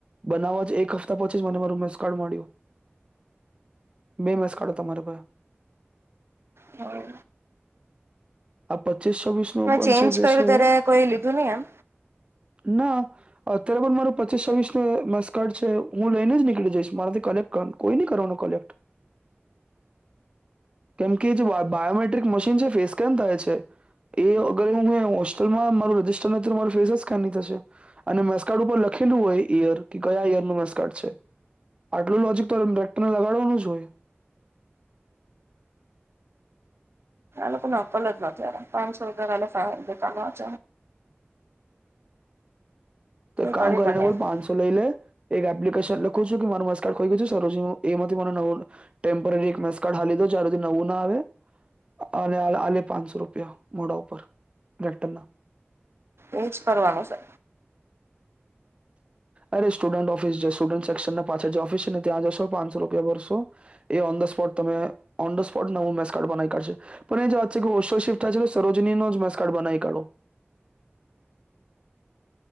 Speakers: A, on the right; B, on the right.
A: બનાવવા જ એક હપ્તા પછી જ મને મારું મેસ કાર્ડ મળ્યું બે મેસ કાઢો તમારા પર
B: હા
A: આ પચીસ છ્વીસ નુંપન
B: ચેન્જ
A: છે જે
B: કર્યું
A: છે
B: ત્યારે કોઈ લીધું નહી એમ
A: ના અત્યારે પણ માર પચીસ છવીસ નો મેસકાર્ડ છે હું લઈને જ નીકળી જઈશ મારાથી કલેક્ટ કોઈ ન કરવાનું કોલેક્ટ કેમ કે જે બાયોમેટ્રિક મશીન છે ફેસ સ્કેન થાય છે એ અગ હું હોસ્ટલમાં મા રજીસ્ટર નથી મા ફેસ સ્કેન થશે અને મેસકાર્ડ ઉપર થશે છેલુ હોય ઈયર કયા ઇયર નું મેસકાર્ડ છે આટલું લોજીક તો મ્પેક્ટરને લગાડવાનું જ હોય
B: લોકો નકલ જ નત્યારે પાંચસો વરલે દતાચ
A: તો એક કામ
B: કરી
A: કરીને
B: પણ નહી
A: બોલ
B: આપે.
A: પાંચસો લઈ લે એક એપ્લિકેશન લખું છું કે મારું મેસ્કાર્ડ ખોઈ ગયું સર મને એમાંથી નવું ટેમ્પોરરી મેસકાર્ડ આપી દો જ્યાર હુંદી નવું ના આવે અને આલે પાંચસો રૂપિયા મોડા ઉપર લેટર ના
B: એજ કરવાની છે
A: અ સ્ટુડન્ટ ઓફિસ જે સ્ટુડન્ટ સેક્શન પાછળ જે ઓફિ છેને ત્યાં જશો પાંચસો રૂપિયા ભરસો એ સ્પોટ તમે ઓન ધ સ્પોટને હું મેસ કાર્ડ બનાવી કાઢશે પણ એ જે વાત છે કે ઓો શિફ્ટ થાય છેલે સરોજનીનો મેસકાર્ડ બનાવી કાઢો